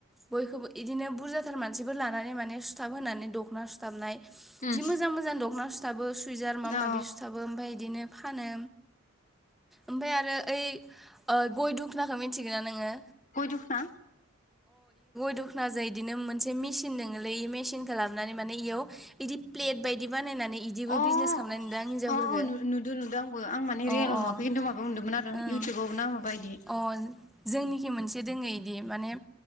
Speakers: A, in the centre; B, on the left.
A: बयखौबो इदिनो बुरजाथार मानसि फोर लानानै माने सुथाब होनानै दखना सुथाबनाय
B: उम
A: जि मोजां-मोजां दखना सु थाबो सु सैजार
B: अ
A: माबा माबि सुथाबो ओमफ्राय इदिनो फानो ओमफ्राय आरो ओय अ गय दुखनाखौ मिथिगोना नोङो
B: गयदुखना
A: दखना जाय एदिनो मोनसे मिसिन मेचिन दोङाेलै मेचिनखौ खालामनानै माने इयाव इदि प्लेट बायदि बानायनानै इदिबो
B: ओम
A: बिजनेस खालामनाय नुदों आं हिनजावफोरखौ
B: अ अ नुदों नुदों आंबो आं माने रियेलाव
A: अ अ
B: नुवाखै किनथु माबायाव नोदोंमोन आरो
A: ओं
B: इउटुबाव ना माबायदि
A: अ जोंनिखि मोनसे दोङो इदि माने